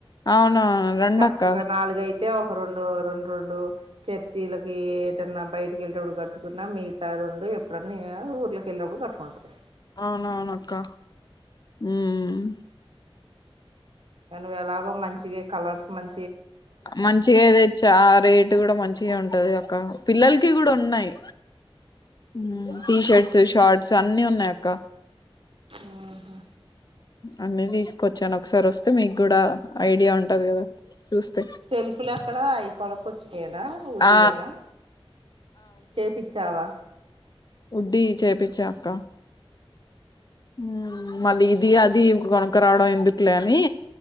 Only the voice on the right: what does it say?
చక్కగా నాలుగయితే ఒక రెండు రెండ్ రెండు చర్చీలకీ ఏటన్నా బయటకి వెళ్లేటప్పుడు కట్టుకున్నాం మిగతా రొండు ఎప్పుడన్న ఊర్ల ఎల్లినప్పుడు కట్టుకుంటది
ఇగ నువు ఎలాగో మంచిగా కలర్స్ మం
ఆ
ఆహా
సెల్ఫీలు అక్కడ అవి కొనుకచినయే నా వడ్డియనా
చేపిచ్చావా